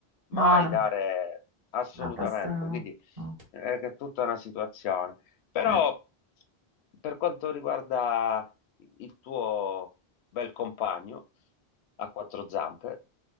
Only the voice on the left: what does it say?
mai
dare assolutamente,
quindi
eh, che è tutta una situazione. Però
per quanto riguarda il tuo bel compagno a quattro zampe,